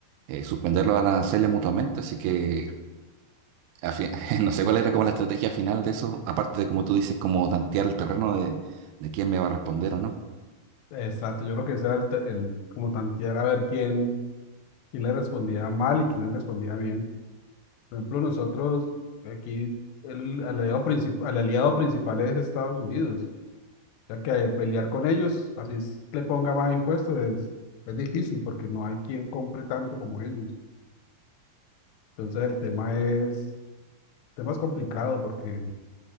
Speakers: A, on the right; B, on the left.
A: eh, suspender los aranceles mutuamente, así que a fi- <laughs> no sé cuál era como la estrategia final de eso, aparte de como tú dices, como tantear el terreno de, de quién me va a responder o no.
B: Exacto, yo creo que ese era el, te- el- como tantear a ver quién, quién le respondía mal y quién le respondía bien. Por ejemplo, nosotros aquí el aliado, princip- el aliado principal es Estados Unidos, ya que pelear con ellos, así es- le ponga más impuestos, es, es difícil porque no hay quien compre tanto como ellos. Entonces el tema es, el tema es complicado porque,